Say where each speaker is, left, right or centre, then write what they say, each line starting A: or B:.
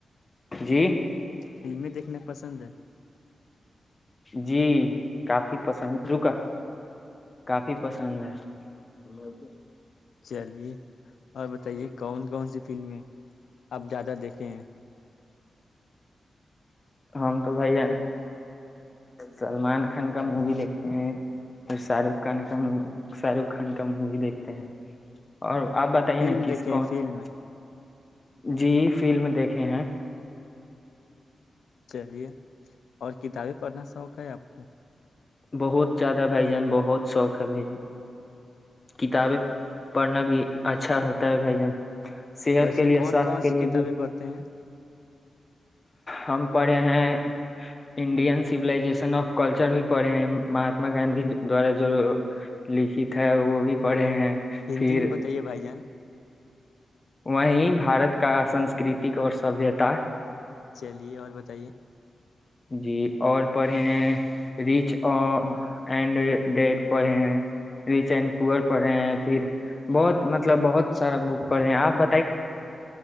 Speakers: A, on the left; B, on the left.
A: جی
B: فلمیں دیکھنا پسند ہے
A: جی کافی پسند رکا کافی پسند ہے <unintelligible>
B: چلیے اور بتائیے کون کون سی فلم ہے آپ زیادہ دیکھے ہیں
A: ہم تو بھیا سلمان خان کا مووی دیکھتے ہیں پھر شاہ رخ خان کا شاہ رخ خان کا مووی دیکھتے ہیں اور آپ بتائیے
B: فلم
A: نا کس
B: دیکھے ہیں
A: کون
B: فلم
A: کو جی فلملم دیکھے ہیں
B: چلیے اور کتابیں پڑھنا شوق ہے آپ کو
A: بہت زیادہ بھائی جان بہت شوق ہے بھائی جن کتابیں پڑھنا بھی اچھا ہوتا ہے بھائی جان صحت
B: ویسے
A: کے لیے
B: کون
A: سواستھ
B: کون
A: کے
B: سی
A: لیے
B: کتابیں
A: بھی
B: پڑھتے ہیں
A: ہم پڑھے ہیں انڈین سیولزیشن آف کلچر بھی پڑے ہیں مہاتما گاندھی دوارا جو لکھت ہے وہ بھی پڑھے ہیں
B: ہندی
A: پھر
B: میں بتائیے بھائی جان
A: وہیں بھارت کا سسکرتک اور سبھیتا
B: چلیے اور بتائیے
A: جی اور پڑھے ہیں ریچ اینڈ ڈیڈ پڑھے ہیں ریچ اینڈ پور پڑھے ہیں پھر بہت مطلب بہت سارا بک پڑھے ہیں آپ ب